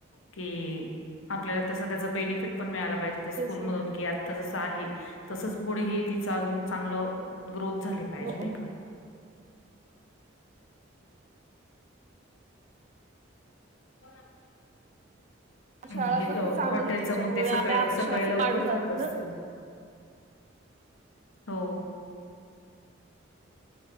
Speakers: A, on the left; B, on the right.
A: कि आपल्याला तसं त्याचा बेनिफिट पण मिळाला पाहिजे, त्या स्कूल
B: तेच
A: मधून
B: ना
A: कि तससं आहे तसंच पुढेही तिच अजून चांगलं ग्रोथ झाली पाहिजे
B: हो.
A: नाही का. <inaudible> <inaudible>
B: शाळा
A: मागे
B: कसं चांगली
A: हॉटेलच
B: त्याच्यामुळे
A: मग ते सकाळी
B: आपल्या अपेक्षा
A: सकाळी
B: असं
A: लवकर
B: पाडू
A: जात असतील?
B: ना.
A: हो.